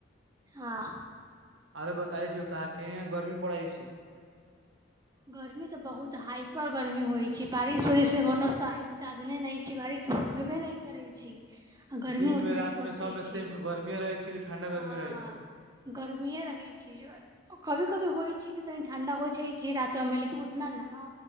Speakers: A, on the right; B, on the right.
A: हँ
B: अरे बताई छी ओ त क य गर्मी पड़ै छी
A: गर्मी तऽ बहुत हाइपर गर्मी होइ छै बारिश उरिशके कोनो साधने नहि छै बारिश तखेबे नहि करै छी आ गर्मी
B: दिन
A: ओतना
B: मे रात
A: बरसै
B: मे सबमे
A: छै
B: सेम गर्मीए रहै छै कि ठंडा गर्मी
A: ह
B: रहै छै
A: गर्मिए रहैत छी कभी कभी होइ छै कि तनी ठंडा होइ छै छै राते में लेकिन उतना नहा